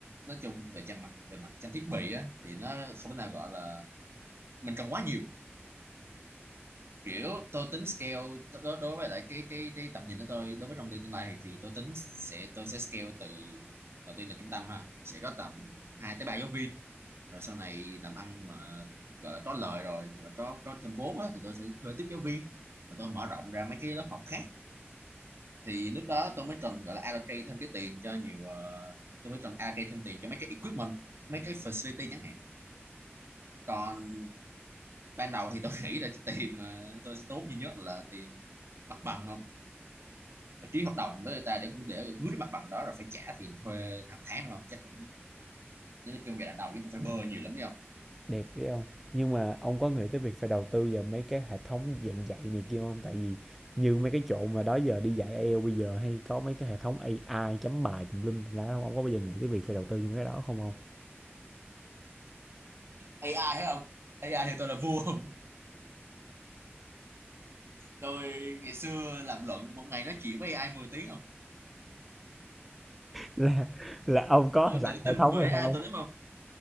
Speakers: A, on the right; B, in the centre.
A: nói chung về trang mặt về mặt trang thiết bị á thì nó không thể nào gọi là mình cần quá nhiều kiểu tôi tính scale đối, đối với lại cái cái cái tầm nhìn của tôi đối với trong tương lai thì thì tôi tính sẽ tôi sẽ scale từ đầu tiên là trung tâm ha sẽ có tầm 2 tới 3 giáo viên rồi sau này làm ăn mà gọi là có lời rồi hoặc là có có thêm vốn á, thì tôi sẽ thuê tiếp giáo viên và tôi mở rộng ra mấy cái lớp học khác thì lúc đó tôi mới cần gọi là allocate thêm cái tiền cho nhiều ờ, tôi mới cần allocate thêm tiền cho mấy cái equipment mấy cái facility chẳng hạn còn ban đầu thì tôi <laughs> nghĩ là cái tiền mà tôi sẽ tốn duy nhất là tiền mặt bằng không phải ký hợp đồng với người ta để để mướn cái mặt bằng đó rồi phải trả tiền thuê hàng tháng đúng không chắc cũng chứ nói chung giai đoạn đầu chứ cũng phải bơ nhiều lắm đấy không
B: Đẹp đấy ông. Nhưng mà ông có nghĩ tới việc phải đầu tư vào mấy cái hệ thống dạng dạy này kia không? Tại vì như mấy cái chỗ mà đó giờ đi dạy IELTS bây giờ hay có mấy cái hệ thống AI chấm bài tùm lum tùm lá không? Ông có bao giờ nghĩ tới việc phải đầu tư như mấy cái đó không ông?
A: AI thấy không AI thì tôi là vua không tôi ngày xưa làm luận một ngày nói chuyện với AI 10 tiếng không
B: Là là ông có
A: tôi
B: sẵn
A: tự tin
B: hệ thống rồi
A: về AI
B: không?
A: tôi lắm không